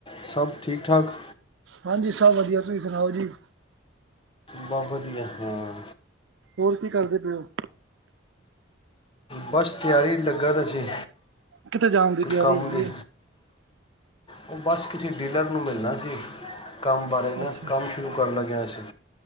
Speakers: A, on the left; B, on the right.
A: ਸਭ ਠੀਕ-ਠਾਕ?
B: ਹਾਂਜੀ ਸਭ ਵਧੀਆ, ਤੁਸੀਂ ਸੁਣਾਓ ਜੀ?
A: ਬਸ ਵਧੀਆ ਹਾਂ।
B: ਹੋਰ ਕੀ ਕਰਦੇ ਪਏ ਹੋ?
A: ਬਸ ਤਿਆਰੀ ਲੱਗਾ ਦਾ ਸੀ,
B: ਕਿੱਥੇ ਜਾਣ ਦੀ ਤਿਆਰੀ
A: ਕੰਮ
B: ਹੈਗੀ
A: ਦੀ।
B: ਏ,
A: ਉਹ ਬਸ ਕਿਸੇ ਡੀਲਰ ਨੂੰ ਮਿਲਣਾ ਸੀ, ਕੰਮ ਬਾਰੇ ਨਾ
B: ਅੱਛਾ
A: ਕੰਮ, ਸ਼ੁਰੂ ਕਰਨ ਲਗੇ ਆਂ ਅਸੀ।